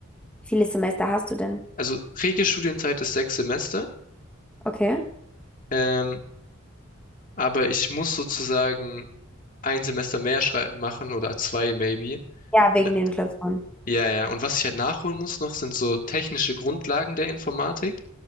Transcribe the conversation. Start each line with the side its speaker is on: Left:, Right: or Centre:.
Centre: Wie Viele Semester hast du denn?
Left: Also Regelstudienzeit ist sechs Semester.
Centre: Okay.
Left: Ähm, aber ich muss sozusagen ein Semester mehr schrei- machen oder zwei maybe.
Centre: Ja,
Left: In-
Centre: wegen den Klausuren.
Left: Ja, ja. Und was ich halt nachholen muss noch, sind so technische Grundlagen der Informatik.